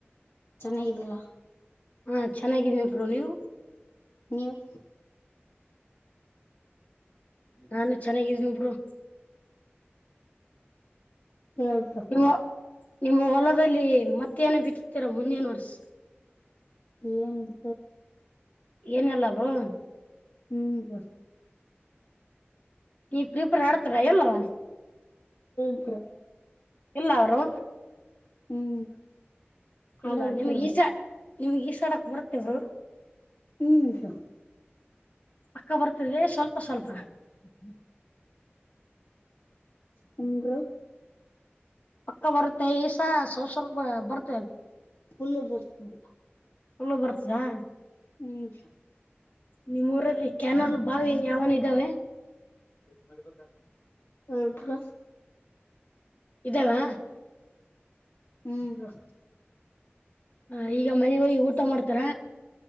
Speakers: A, on the left; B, on the left.
A: ಚೆನ್ನಾಗಿದ್ದಿಲ್ಲ
B: ಹಾ ಚೆನ್ನಾಗಿದೀನಿ ಪ್ರರು ನೀವು
A: ನೀನ್ಯವು
B: ನಾನು ಚೆನ್ನಾಗಿದನಬ್ರು
A: ಹೌದಾ
B: ನಿಮ್ಮ ನಿಮ್ಮ ಹೊಲದಲ್ಲಿ ಮತ್ತೇನ ಬಿತ್ತತೀರಾ ಮುಂದೇನ್ ವರ್ಸ
A: ಏಂದ
B: ಏನೆಲ್ಲ ಅವರು
A: ಹ್ಮ್ ಸ
B: ನೀ ಪ್ರೀಪೇರ್ ಆಡ್ತರಾ ಎಲ್ವಾ
A: ಬರ
B: ಎಲ್ಲ ಅವರು
A: ಹ್ಮ್
B: ಎಲ್ಲ
A: ಆಡಲ್
B: ನಿಮಗ್
A: ಬ್ರೋ
B: ಈಸ ನಿಮಗ್ ಈಸಾಡಕ್ ಬಡತ್ತೇವರು
A: ಹ್ಮ್
B: ಅಕ್ಕ ಬರ್ತದೆ ಸ್ವಲ್ಪ ಸ್ವಲ್ಪ
A: ಹ್ಮ್ಮ ಹಂಗ
B: ಪಕ್ಕ ಬರುತ್ತೆ ಈಸ ಸ್ವಲ್ ಸ್ವಲ್ಪ ಬರ್ <unintelligible>
A: ಪುಲ್ಲ ಬರ್ತಂದರ
B: ಪುಲ್ಲ ಬರ್ತದಾ
A: ಹ್ಮ್
B: ನಿಮ್ಮ್ೂಊರಲ್ಲಿ ಕ್ಯಾನಲ್ ಬಾವಿ ಯಾವನ ಇದಾವೆ
A: ಹಬ
B: ಇದವಾ
A: ಹ್ಮ್ ಬ
B: ಹ ಈಗ ಮನೆಗ ಹೋಗಿ ಊಟ ಮಾಡ್ತಾರ